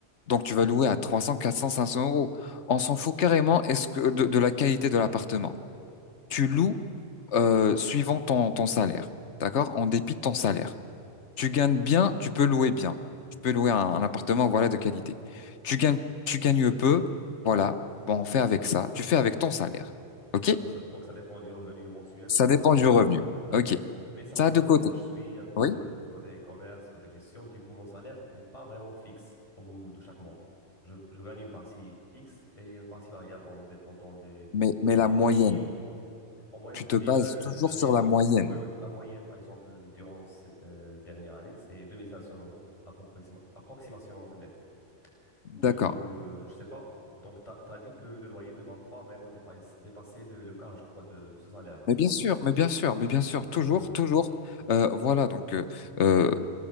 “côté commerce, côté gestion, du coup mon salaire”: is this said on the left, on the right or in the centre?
Left